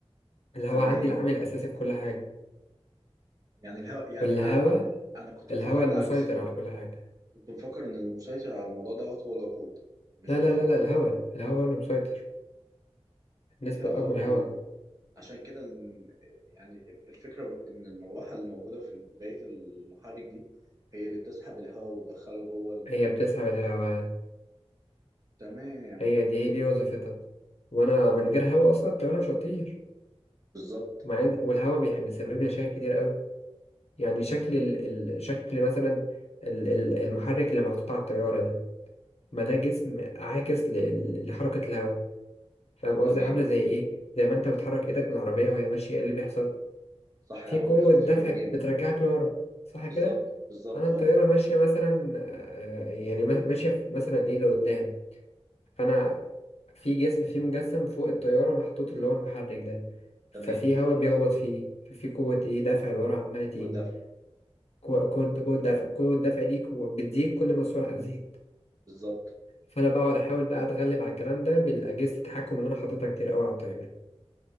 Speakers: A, on the left; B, on the right.
A: الهواء
B: تمام
A: عندي العامل الأساسي في كل حاجة
B: يعني الهو... يعني
A: والهوا
B: أ- أنا كنت
A: الهوا
B: مفكر
A: المسيطر
B: العكس كنت
A: على كل حاجة
B: كنت مفكر إن المسيطر على الموضوع دوت هو الوقود مش
A: لا
B: الهواء
A: لا لا لا الهوا الهوا هو اللي مسيطر النسبة
B: الهواء
A: الأكبر
B: وال...
A: هوا
B: عشان كده ال- يعني الفكرة إن المروحة اللي موجودة في بداية المحرك دي هي اللي بتسحب الهواء وتدخله جوه المحرك
A: هي بتسحب الهوا
B: تمام
A: هي دي هي دي وظيفتها وأنا من غير هوا أصلا الطيارة مش هتطير
B: بالظبط
A: مع إن والهوا بيح- بيسبب لي مشاكل كتير قوي يعني شكل ال... ال... شكل مثلا ال... ال- المحرك اللي محطوط على الطيارة ده ما ده جسم عاكس ل... ل- لحركة الهوا فاهم قصدي
B: تمام
A: عاملة زي إيه زي ما أنت بتحرك إيدك من العربية وهي ماشية إيه اللي بيحصل
B: صح
A: في
B: الهواء
A: قوة
B: بيخبط
A: دفع
B: في إيدي
A: بترجعك
B: جامد
A: لورا صح كده
B: بالظبط بالظبط
A: أنا الطيارة
B: اه
A: ماشية مثلا آه، آه، يعني ما- ماشية في مثلا إيه لقدام فأنا في جسم فيه مجسم فوق الطيارة محطوط اللي هو المحرك ده
B: تمام
A: ففي هواء بيخبط فيه ففي قوة إيه دفع لورا عمالة تيجي
B: قوة دفع
A: قوة قوة قوة دفع قوة الدفع دي قوة- بتزيد كل ما السرعة تزيد
B: بالظبط
A: فأنا بقعد أحاول بقى أتغلب على الكلام ده بالأجهزة التحكم اللي أنا حاططها كتير أوي على الطيارة